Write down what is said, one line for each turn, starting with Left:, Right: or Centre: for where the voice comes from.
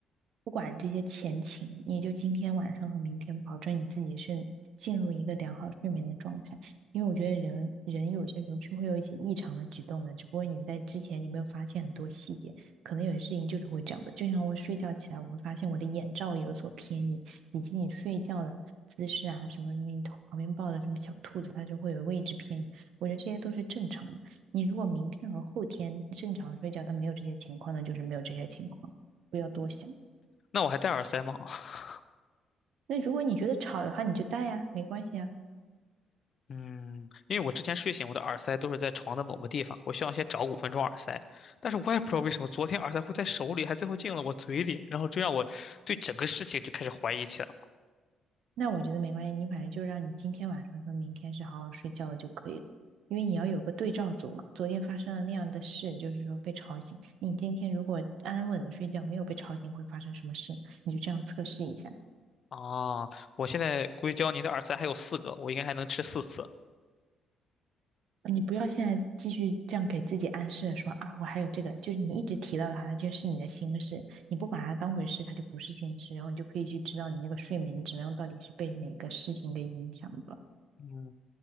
Right: 不管这些前情，你就今天晚上和明天保证你自己是进入一个良好睡眠的状态，因为我觉得人人有些时候是会有一些异常的举动的，只不过你在之前你没有发现很多细节，可能有些事情就是会这样的。就像我睡觉起来，我会发现我的眼罩有所偏移，以及你睡觉的姿势啊，什么什么你头旁边抱的什么小兔子，它就会有位置偏移，我觉得这些都是正常的。你如果明天和后天正常睡觉，但没有这些情况，那就是没有这些情况，不要多想。
Left: 那我还戴耳塞吗？<laughs>
Right: 那如果你觉得吵的话，你就带呀，没关系啊。
Left: 嗯，因为我之前睡醒，我的耳塞都是在床的某个地方，我需要先找五分钟耳塞。但是我也不知道为什么，昨天耳塞会在手里，还最后进了我嘴里，然后就让我对整个事情就开始怀疑起来。
Right: 那我觉得没关系，你反正就让你今天晚上跟明天是好好睡觉的就可以了，因为你要有个对照组嘛。昨天发生了那样的事，就是说被吵醒，你今天如果安稳的睡觉，没有被吵醒，会发生什么事？你就这样测试一下。
Left: 啊，我现在硅胶泥的耳塞还有四个，我应该还能吃四次。
Right: 你不要现在继续这样给自己暗示说啊，我还有这个，就是你一直提到它，它就是你的心事，你不把它当回事，它就不是心事，然后你就可以去知道你那个睡眠质量到底是被哪个事情给影响的。
Left: 嗯，